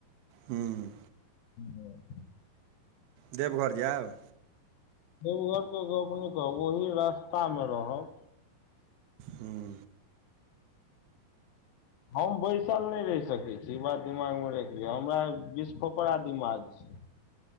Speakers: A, on the right (about 80°); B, on the left (about 75°).
A: हूं।
B: <inaudible>
A: देबघर जायब?
B: देबघर के गप नै कहु, ओहि रास्ता मे रहब।
A: हूं।
B: हम बैसल नै रहि सकैत छी, इ बात दिमागमे रैख लियअ, हमरा बिसखोपरा दिमाग छै।